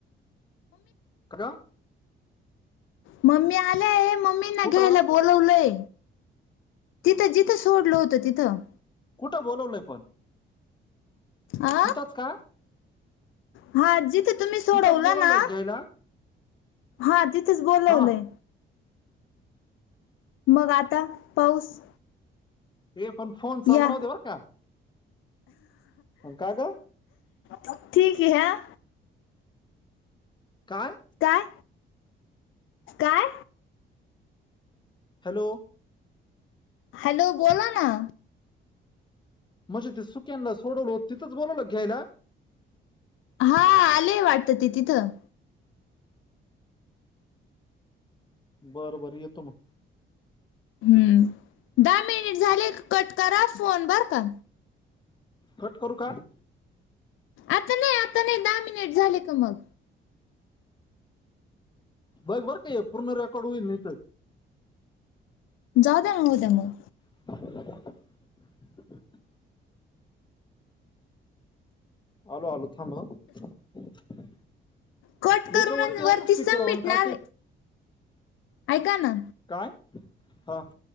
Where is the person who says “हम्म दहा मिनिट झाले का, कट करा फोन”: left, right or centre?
Left